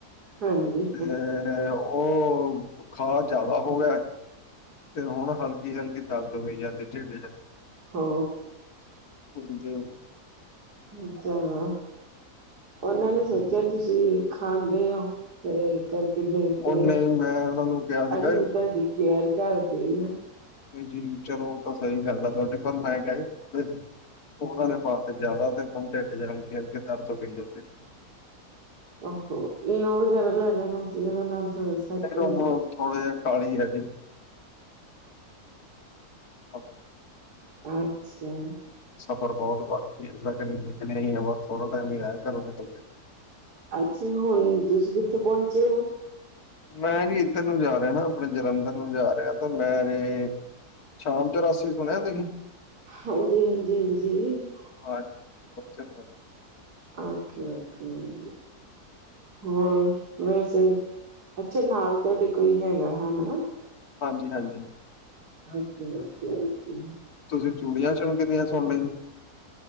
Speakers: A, on the right (about 80°); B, on the left (about 70°).
A: ਹਾਂਜੀ।
B: ਮੈਂ, ਉਹ ਬੁਖਾਰ ਜ਼ਿਆਦਾ ਹੋ ਗਿਆ। ਤੇ ਹੁਣ ਹਲਕੀ, ਹਲਕੀ ਦਰਦ ਹੋਈ ਜਾਂਦੀ ਢਿੱਡ ਚ।
A: ਹੋ
B: ਹਾਂਜੇ
A: ਅੱਛਾ ਹਾਂ ਉਹਨਾਂ ਨੇ ਸੋਚ ਜੇ ਤੁਸੀਂ ਖਾਂਦੇ ਹੋ ਤੇ ਕਰਕੇ ਬੇਕਦੇ
B: ਉਹਨੇ
A: ਆ।
B: ਮੈਂ ਉਹਨਾਂ ਨੂੰ ਕਿਹਾ ਸੀਗਾ
A: ਅਗਲੀ ਤੁਹਾਡੀ ਕੇਅਰ ਕਰਦੀ ਆ।
B: ਹਾਂਜੀ, ਚਲੋ ਓਹ ਤਾਂ ਸਹੀ ਗੱਲ ਆ ਤੁਹਾਡੀ ਪਰ ਮੈਂ ਕਿਹਾ ਸੀ ਆਪਣੇ ਦੀ ਉਹਨਾਂ ਦੇ ਪਾ ਤੇ ਜਾਦਾ ਤੇ ਹੁਣ ਢਿੱਡ ਚ ਹਲਕਿ, ਹਲਕਿ ਦਰਦ ਪੈਂਦੇ ਪਏ।
A: ਉਹ ਹੋ ਇਨੌ ਵਗੈਰਾ ਲੇ ਲੈਣਾ ਸੀ ਉਹਦੇ ਨਾਲ ਥੋੜਾ
B: ਨਹੀਂ
A: ਸੈਟ ਹੋ
B: ਹੁਣ
A: ਜਾਂਦਾ ਹੈ।
B: ਥੋੜਾ ਜਿਹਾ ਕਾਲੀ ਹੈ। <unintelligible>
A: ਅੱਛਾ।
B: ਸਫ਼ਰ ਬਹੁਤ ਬਾਕੀ ਹੈ ਲੇਕਿਨ ਏਹ ਥੋੜਾ ਟਾਈਮ ਹੀ ਆਇਆ ਘਰੋਂ ਨਿਕਲ ਕੇ।
A: ਅੱਛੇ, ਹੁਣ ਤੁਸੀਂ ਕਿੱਥੇ ਪਹੁੰਚੇ ਹੋ।
B: ਮੈਂ ਨੀ ਇੱਧਰ ਨੂੰ ਜਾ ਰਿਹਾ ਨਾ ਆਪਣੇ ਜਲੰਧਰ ਨੂੰ ਜਾ ਰਿਹਾ ਤਾਂ ਮੇਰੇ ਸ਼ਾਮ ਚੋਰਾਸੀ ਸੁਣਿਆ ਤੁਸੀਂ।
A: ਹਾਂਜੀ, ਹਾਂਜੀ, ਹਾਂਜੀ,
B: ਹਾਰਟ <unintelligible>
A: ਓਕੇ ਓਕੇ ਹੋਰ ਵੈਸੇ ਤੇ ਅੱਛਾ ਨਾਲ ਤੁਹਾਡੇ ਕੋਈ ਹੈਗਾ ਹਨਾ
B: ਹਾਂਜੀ ਹਾਂਜੀ
A: ਓਕੇ ਓਕੇ ਓਕੇ,
B: ਤੁਸੀਂ ਚੂੜੀਆਂ ਚਣਕਦੀਆਂ ਸੋਨੇ ਨੂੰ